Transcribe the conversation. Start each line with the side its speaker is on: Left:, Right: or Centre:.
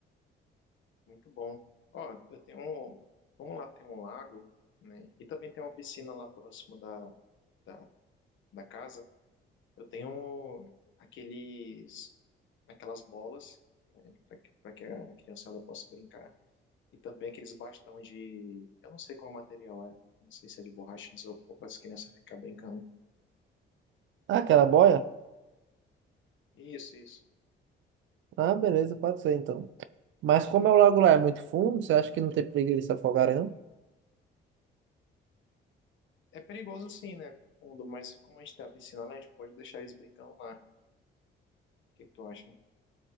Left: muito bom. Ó, eu tenho um, vamos lá, tem um lago, né? E também tem uma piscina lá próximo da, da, da casa. Eu tenho aqueles, aquelas bolas, né, para que, para que a criançada possa brincar. E também aqueles bastão de. Eu não sei qual material é. Não sei se é de borracha de isopor para as crianças ficar brincando.
Right: Ah, aquela boia?
Left: Isso, isso.
Right: Ah, beleza, pode ser então. Mas como é o lago lá é muito fundo, você acha que não tem perigo eles se afogarem, não?
Left: É perigoso sim, né? pro Fundo, mas como a gente tem a piscina lá, a gente pode deixar eles brincando lá. O que que tu acha?